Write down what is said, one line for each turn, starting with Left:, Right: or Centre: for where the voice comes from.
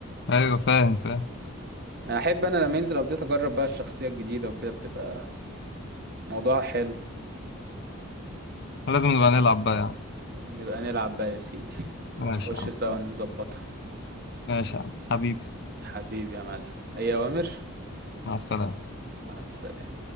Left: أيوة، فاهم فاهم
Right: أحب أنا لما ينزل أبديت أجرب بقى الشخصية الجديدة وكده بتبقى موضوع حلو
Left: لازم نبقى نلعب بقى يعني
Right: نبقى نلعب بقى يا سيدي نبقى
Left: ماشي
Right: نخش
Left: يا عم
Right: سوا نظبطها
Left: ماشي يا عم حبيبي
Right: حبيبي يا معلم أي أوامر
Left: مع السلامة
Right: مع السلامة